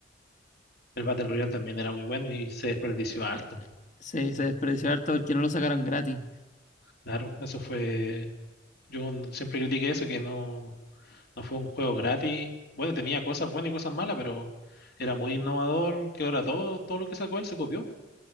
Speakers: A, on the left (about 55°); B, on the left (about 40°).
A: el Battle Royale también era muy bueno y se desperdició harto.
B: Eh, se, se desperdició harto porque no lo sacaron gratis.
A: Claro, eso fue... Yo un- siempre critiqué eso, que no, no fue un juego gratis. Bueno, tenía cosas buenas y cosas malas, pero era muy innovador, que ahora todo, todo lo que sacó él se copió.